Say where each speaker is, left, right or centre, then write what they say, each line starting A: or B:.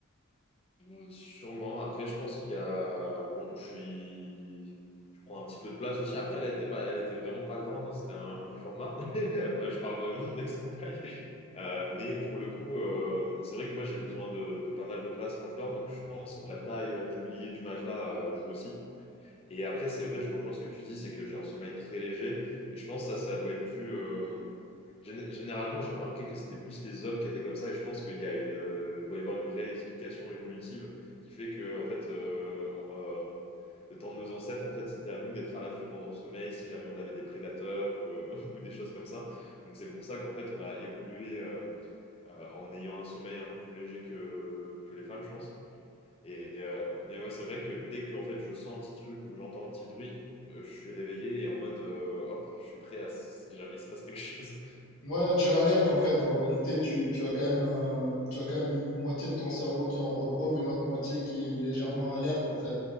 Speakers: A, on the left (about 25°); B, on the left (about 70°).
A: Euh, sûrement. Après, je pense qu'il y a. Bon, je suis. Je prends un petit peu de place aussi. Après, elle était pas, elle était vraiment pas grande. hein, C'était un mini format. <laughs> Je parle de mon ex-compagne. Euh, mais pour le coup, euh, c'est vrai que moi j'ai besoin de, de pas mal de place quand je dors, donc je pense que la taille euh, du lit et du matelas euh, joue aussi. Et après, c'est vrai, je rejoins ce que tu dis, c'est que j'ai un sommeil très léger, et je pense que ça, ça doit être dû. euh, gén- Généralement, j'ai remarqué que c'était plus les hommes qui étaient comme ça, et je pense qu'il y a une, euh, doit y avoir une vraie explication évolutive qui fait que, en fait, euh, euh, le temps de nos ancêtres, en fait, c'était à nous d'être à l'affût pendant le sommeil si jamais on avait des prédateurs ou, euh, <laughs> ou des choses comme ça. Donc c'est pour ça qu'en fait, on a évolué. euh, euh, en ayant un sommeil un peu plus léger que, que les femmes, je pense. Et, euh, mais ouais, c'est vrai que dès que en fait, je sens un petit truc ou que j'entends un petit bruit, euh, je suis réveillé et en mode euh, hop, je suis prêt à si jamais il se passe quelque chose. <laughs>
B: Ouais, tu alertes en fait. En réalité, tu, tu as quand même un- tu as quand même une moitié de ton cerveau qui est en repos, mais l'autre moitié qui est légèrement alerte en fait.